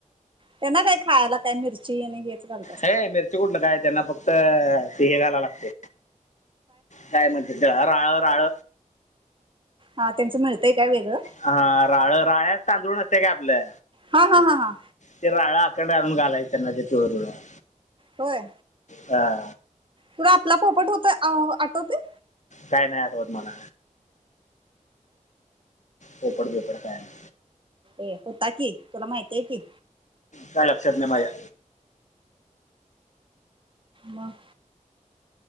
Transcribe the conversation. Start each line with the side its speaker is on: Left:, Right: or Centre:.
Right: त्यांना काय खायला काय मिरची आणि हेच घालत असत
Left: हे मिरची कुठलं काय त्यांना फक्त ते हे खायला लागतय काय म्हणत्यात ते राळ राळ
Right: हा त्यांचं मिळतंय का वेगळं
Left: हा राळ राळ्याच तांदूळ नसत्या काय आपलं
Right: हा हा हा हा
Left: ते राळा ते डाळून घालायचं ना <unintelligible>
Right: होय.
Left: हा
Right: तुला आपला पोपट होत आ आठवतय?
Left: काय नाय आठवत मला पोपट बिपट काय नाय
Right: ए होता की तुला माहती आहे की,
Left: काय लक्षात नाय माझ्या.
Right: मग